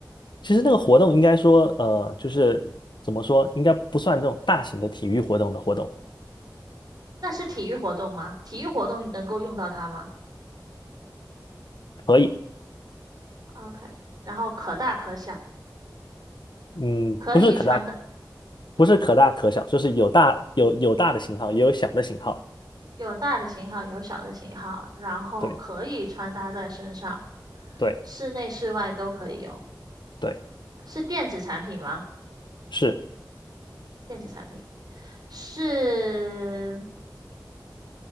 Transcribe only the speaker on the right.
那是体育活动吗？体育活动能够用到它吗？
OK，然后可大可小，
可以穿的
有大的型号，有小的型号，然后可以穿搭在身上，
室内室外都可以用。
是电子产品吗？
电子产品是，